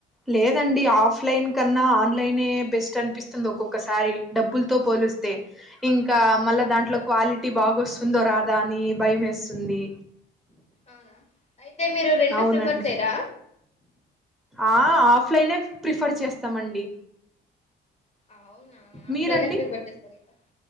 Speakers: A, in the centre; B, on the left (about 35°).
A: లేదండి ఆఫ్లైన్ కన్నా ఆన్లైనే బెస్ట్ అనిపిస్తుంది ఒక్కొక్కసారి డబ్బులతో పోలిస్తే ఇంకా మళ్ళా దాంట్లో క్వాలిటీ బాగా వస్తుందో రాదా అని భయం వేస్తుంది
B: అవునా అయితే మీరు రెండు
A: అవునండి
B: ప్రిఫర్ చేయరా
A: ఆ ప్లనే ప్రిఫర్ చేస్తామండి
B: అవునా ఆఫ్లైనే
A: మీరండి
B: ఫ్రీ పర్తస్త సార్ ఇకా